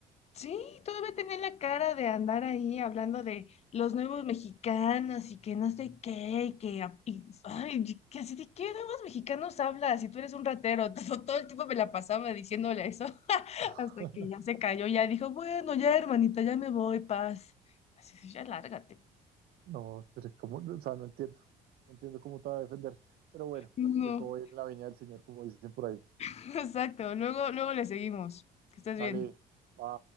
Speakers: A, on the left; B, on the right.
A: Sí, todavía tenía la cara de andar ahí hablando de los nuevos mexicanos y que no sé qué, y que, a- y- ay, y que así de qué nuevos mexicanos hablas si tú eres un ratero. <laughs> Todo, todo el tiempo me la pasaba diciéndole eso <laughs>
B: <laughs>
A: hasta que ya se cayó, ya dijo, bueno, ya hermanita, ya me voy, paz. Así, de, ya lárgate.
B: No, pero como, o sea, no entiendo, no entiendo cómo te va a defender. Pero bueno,
A: No,
B: de todo en la viña del Señor, como dicen por ahí.
A: <laughs> exacto, luego, luego le seguimos. Que estés
B: Dale,
A: bien.
B: va.